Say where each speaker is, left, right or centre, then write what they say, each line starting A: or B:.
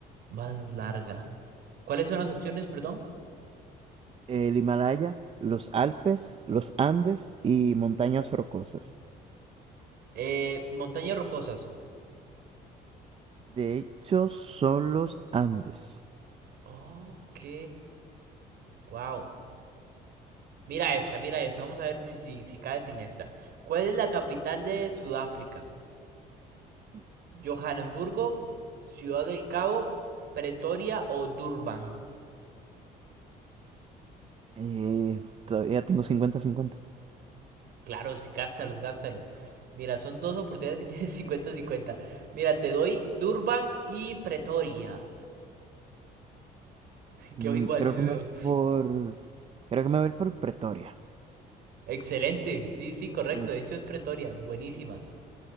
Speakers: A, on the right; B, on the right.
A: más larga. ¿Cuáles son las opciones, perdón?
B: El Himalaya, los Alpes, los Andes y montañas rocosas.
A: Eh, montañas rocosas.
B: De hecho, son los Andes.
A: Ok, wow. Mira esta, mira esta. Vamos a ver si, si, si caes en esta. ¿Cuál es la capital de Sudáfrica?
B: S-
A: ¿Johannesburgo, Ciudad del Cabo, Pretoria o Durban?
B: eh, todavía tengo cincuenta cincuenta.
A: Claro, sí, gástalos, gástalos. Mira, son dos oportunidades que <laughs> tienes 50 cincuenta. Mira, te doy Durban y Pretoria. <laughs> Quedó
B: Mm,
A: igual,
B: Creo
A: dice
B: que me
A: Dios.
B: voy por. Creo que me voy a ir por Pretoria.
A: Excelente. Sí, sí, correcto.
B: Uf,
A: De hecho es Pretoria. Buenísima.